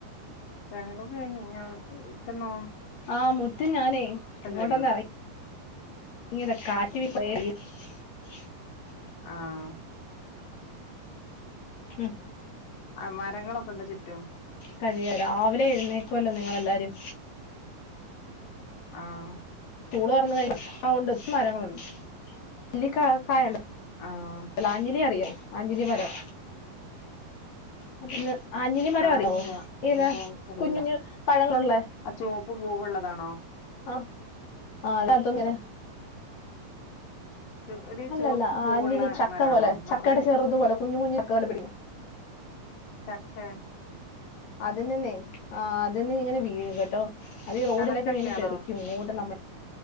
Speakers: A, on the left (about 85°); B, on the left (about 65°).
A: പണ്യോളൊക്കെ കഴിഞ്ഞ ഞ ഇപ്പൊ നോ
B: ആഹ് മുറ്റും ഞാനേ ഇങ്ങോട്ടൊന്നറങ്ങീതാ
A: കഴിയും
B: കാ റ്റ് <unintelligible>
A: ആഹ്
B: ഉം
A: <unintelligible> രങ്ങളൊക്കെ ഉണ്ട് ചുറ്റും
B: കഴിയ രാവിലെ എഴുന്നേക്കുവല്ലോ നിങ്ങളെല്ലാരും.
A: ആഹ്
B: സ്കൂള് തൊറന്ന <unintelligible> മരങ്ങളുണ്ട് <unintelligible> <unintelligible>
A: ആഹ്
B: അറിയോ ആഞ്ഞിലി മരം <unintelligible> ആഞ്ഞിലി മരം
A: ആഞ്ഞില
B: അറിയാവോ ഇനെ
A: എന്താ അറിയില്ല
B: കുഞ്ഞുഞ്ഞു പഴങ്ങൾ ഉള്ളേ.
A: ആ ചുവപ്പ് പൂവുള്ളതാണോ
B: ആ <unintelligible>
A: ചു ഒരു
B: അല്ലല്ല
A: ചുവപ്പ് പൂവുള്ള
B: ആഞ്ഞിലി ചക്ക
A: മരാണോ
B: പോലെ
A: നിറയെ
B: ചക്കയുടെ ചെറുതുപോലെ കുഞ്ഞു കുഞ്ഞു <unintelligible>
A: ചക്കെ
B: അതിനിന്നെ ആ അതിന്ന് ഇങ്ങനെ വീഴും കേട്ടോ. അത് റോഡിലൊക്കെ
A: കടച്ചക്കയാണോ
B: വീണ് തെറിക്കും ഇങ്ങോട്ട് നമ്മൾ